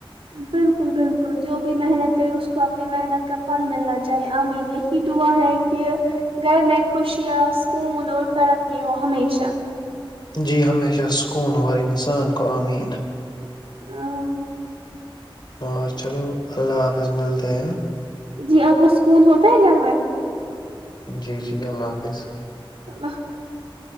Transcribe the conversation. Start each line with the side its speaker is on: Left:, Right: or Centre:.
Right: بالکل بالکل جو بھی محنت کرے اس کو اپنے محنت کا پھل ملنا چاہیے امین یہی دعا ہے کہ گھر میں خوشیاں سکون اور ترقی ہو ہمیشہ
Left: جی ہمیشہ سکون ہو ہر انسان کو آمین
Right: ا <unintelligible>
Left: اور چلو اللہ حافظ ملتے ہیں
Right: جی آپ کو سکون ہوتا ہے گھر میں
Left: جی جی اللہ حافظ
Right: اللہ <unintelligible>